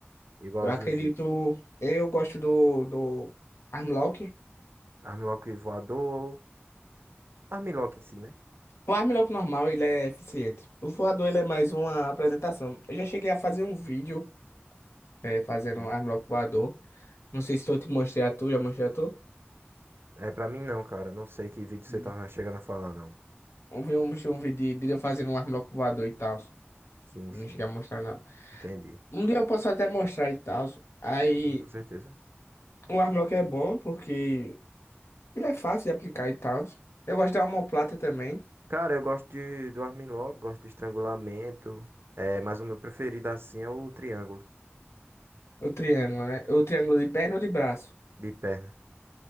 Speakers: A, on the right (about 60°); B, on the left (about 80°).
A: igual
B: Eu
A: ao
B: acredito.
A: jiu-jitsu?
B: Eu gosto do, do Armlock.
A: Armlock voador ou armlock em si, né?
B: O Armlock normal, ele é eficiente. O voador, ele é mais uma apresentação. Eu já cheguei a fazer um vídeo é, fazendo
A: Sim.
B: Armlock voador. Não sei se eu te mostrei a tu, já mostrei a tu?
A: É, pra mim não, cara. Não sei que vídeo você
B: Hum.
A: tava chegando a falar, não.
B: Eu vi um, um vídeo de, de eu fazendo um Armlock voador e tal.
A: Sim,
B: Não
A: sim.
B: cheguei a mostrar, não.
A: Entendi.
B: Um dia eu posso até mostrar e tal. Aí
A: Hum, com certeza.
B: o Armlock é bom porque ele é fácil de aplicar e tal. Eu gosto da omoplata também.
A: Cara, eu gosto de, do Armin Log, gosto de estrangulamento. É, mas o meu preferido assim é o triângulo
B: O triângulo, né? O triângulo de perna ou de braço.
A: de perna.